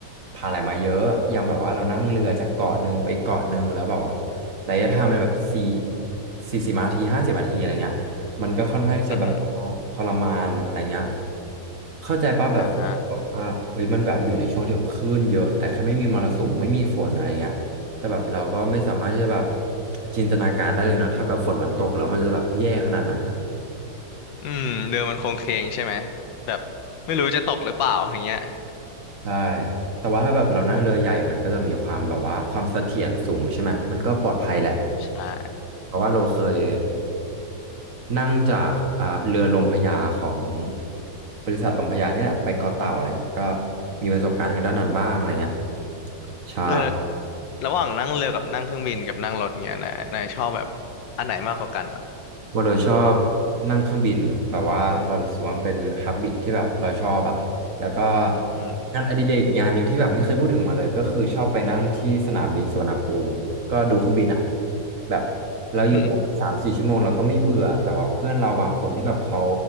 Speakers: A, on the right; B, on the left.
A: ผ่านอะไรมาเยอะอย่างแบบว่าเรานั่งเรือจากเกาะหนึ่งไปเกาะหนึ่งแล้วแบบว่าระยะทางมันแบบสี่สี่สิบนาทีห้าสิบนาทีอะไรเงี้ยมันก็ค่อนข้างที่จะแบบว่าทรมานอะไรเงี้ย
B: อือหือ
A: เข้าใจป่ะแบบแบบว่าเฮ้ยมันแบบอยู่ในช่วงที่แบบคลื่นเยอะแต่แค่ไม่มีมรสุมไม่มีฝนอะไรเงี้ยแต่แบบเราก็ไม่สามารถที่จะแบบ
B: อ่า
A: จินตนาการได้เลยเนาะถ้าแบบฝนมันตกแล้วมันจะแบบแย่ขนาดไหนอะ
B: อืมเรือมันโคงเคงใช่ไหมแบบไม่รู้จะตกหรือเปล่าอย่างเงี้ย
A: ใช่ แต่ว่าถ้าแบบเรานั่งเรือใหญ่มันก็จะมีความแบบว่าความเสถียรสูงใช่ไหม มันก็ปลอดภัยแหละ
B: ใช่
A: เพราะว่าเราเคยนั่งจากอ่าเรือลมพระยาของบริษัทลมพระยานี่แหละไปเกาะเต่าอะไรเงี้ยก็มีประสบการณ์ทางด้านนั้นบ้างอะไรเงี้ยใช่
B: เออ ระหว่างนั่งเรือกับนั่งเครื่องบินกับนั่งรถเงี้ยนายนายชอบแบบอันไหนมากกว่ากันเหรอ
A: ว่าเราชอบนั่งเครื่องบินแบบว่าเรารู้สึกว่ามันเป็นฮับบิตที่แบบเราชอบอ่ะแล้วก็
B: อืม
A: งานอดิเรกงานหนึ่งที่แบบไม่เคยพูดถึงมาเลยก็คือชอบไปนั่งที่สนามบินสุวรรณภูมิก็ดูเครื่องบินอ่ะแบบเราอยู่กันสามสี่ชั่วโมงเราก็ไม่เบื่อแต่ว่าเพื่อนเราบางคนที่แบบเขา
B: <laughs>